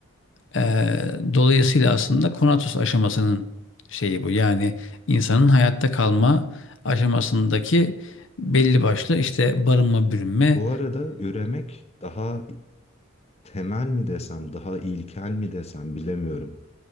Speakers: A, on the left; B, on the left.
A: E, dolayısıyla aslında konatus aşamasının şeyi bu. Yani insanın hayatta kalma aşamasındaki belli başlı işte barınma, bürünme,
B: Bu arada üremek daha temel mi desem, daha ilkel mi desem bilemiyorum.